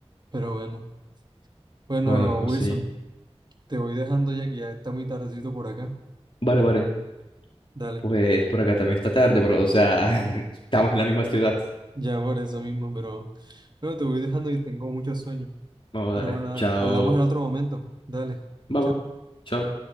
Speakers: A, on the right (about 40°); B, on the left (about 50°).
A: Pero bueno. Bueno,
B: Bueno, pues
A: Wilson,
B: sí.
A: te voy dejando ya que ya está muy tardecito por acá.
B: Vale, vale.
A: Dale,
B: Pues por acá también está tarde, bro. O sea, <laughs> estamos en la misma ciudad.
A: ya por eso mismo, pero bueno, te voy dejando y tengo mucho sueño.
B: Vamos a
A: Pero
B: darle.
A: bueno, dale,
B: Chao.
A: hablamos en otro momento. Dale.
B: Baba.
A: chao.
B: Chao.